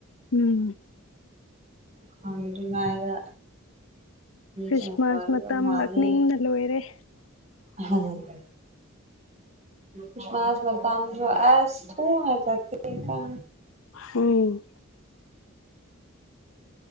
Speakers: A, on the left (about 70°); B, on the right (about 35°).
A: ꯎꯝ
B: ꯈꯉꯗ
A: ꯈ꯭ꯔꯤꯁꯃꯥꯁ
B: ꯆꯒ
A: ꯃꯇꯝ
B: ꯃꯥꯅꯦ
A: ꯂꯥꯛꯅꯤꯡꯅ ꯂꯣꯏꯔꯦ
B: ꯍꯝ ꯄꯨꯃꯥꯁ ꯃꯁꯨ ꯑꯁ ꯊ ꯀ
A: ꯎꯝ